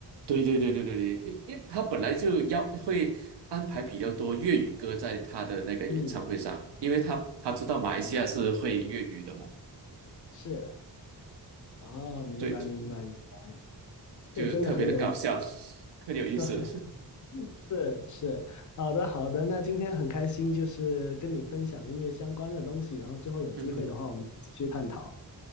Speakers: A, on the right (about 80°); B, on the left (about 50°).
A: 对对对对对对，因因为他本来就要会安排比较多粤语歌在他的那个演唱会上，
B: 嗯，
A: 因为他他知道马来西亚是会粤语的嘛，
B: 哦，是，哦，明白明白明白，
A: 对，就嗯
B: 这个真的很有意思，
A: 就特别的搞笑，<laughs> 很有意思。
B: <laughs> 是是，好的好的，那今天很开心，就是跟你分享音乐相关的东西，然后之后有机会的话，
A: <laughs> 嗯哼，
B: 我们再继续探讨。